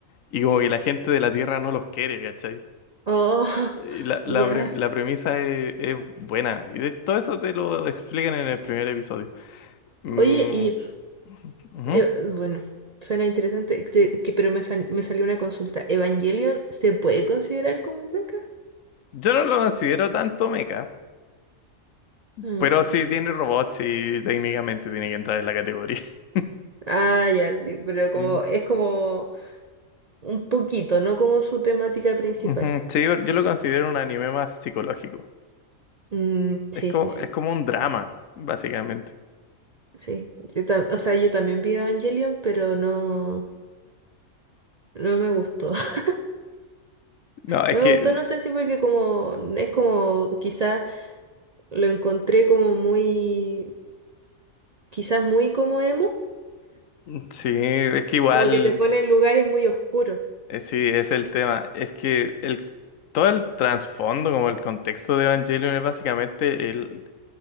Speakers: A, on the left; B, on the right.
A: y como que la gente de la Tierra no los quiere, ¿cachai?
B: oh,
A: Y
B: <laughs>
A: La, la,
B: ya.
A: pre- la premisa es, es buena. Y de todo eso te lo explican en el primer episodio. Mm,
B: Oye, y
A: ujú.
B: eh, bueno, suena interesante, te- que, pero me, sal- me salió una consulta. ¿Evangelion se puede considerar como un mecha?
A: Yo no lo considero tanto mecha,
B: Mm.
A: pero sí tiene robots y técnicamente tiene que entrar en la categoría. <laughs>
B: Ah, ya, sí, pero como
A: Sí,
B: es como un poquito, no como su temática principal.
A: Ujú. Sí, yo, yo lo considero un anime más psicológico.
B: Mm, sí,
A: Es como,
B: sí, sí.
A: es como un drama, básicamente.
B: Sí, yo tam- o sea, yo también vi Evangelion, pero no, no me gustó. <laughs>
A: No, es
B: No
A: que
B: me gustó, no sé si porque como es como quizás lo encontré como muy, quizás muy como emo,
A: mm, sí, es que igual,
B: como que te pone en lugares muy oscuros.
A: eh, sí, es el tema. Es que el todo el trasfondo, como el contexto de Evangelion es básicamente el